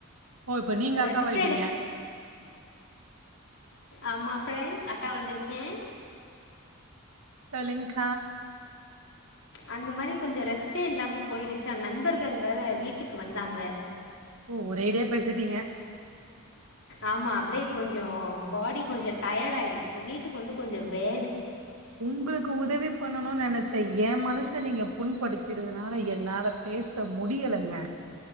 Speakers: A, on the right; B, on the left.
A: ஓ இப்போ நீங்க அக்கா
B: ரெஸ்ட்
A: வாயிட்டீங்க.
B: ஆமா பிரெண்ட்ஸ் அக்கா வந்திருக்கே
A: சொல்லுங்க
B: அந்த மாதிரி கொஞ்சோ ரெஸ்ட்டே இல்லாம போயிடுச்சா நண்பர்கள் வேற வீட்டுக்கு வந்தாங்க
A: ஓ ஒரேடியா பேசிட்டீங்க
B: ஆமா அப்படியே கொஞ்சம் பாடி கொஞ்சம் டயர்ட் ஆயிடுச்சு வீட்டுக்கு வந்து கொஞ்சோ வே
A: உங்குளுக்கு உதவி பண்ணனும்னு நெனைச்சே ஏ மனச நீங்க புண்படுத்திருதுனால என்னால பேச முடியலைங்க